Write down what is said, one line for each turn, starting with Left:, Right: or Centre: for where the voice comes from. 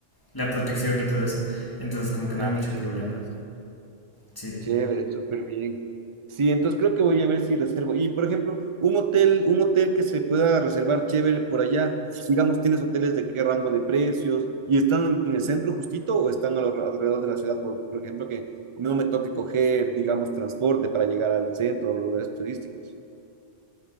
Left: la protección y todo eso. Entonces como que no
Right: Ah,
Left: hay mucho
Right: chéverazo.
Left: problema. Sí,
Right: Chévere, súper bien. Sí, entonces creo que voy a ver si reservo. Y por ejemplo, un hotel, un hotel que se pueda reservar chévere por allá. Digamos, ¿tienes hoteles de qué rango de precios? ¿Y están en el centro justito o están a lo- alrededor de la ciudad? Por, por ejemplo, que no me toque coger, digamos, transporte para llegar al centro, a los lugares turísticos.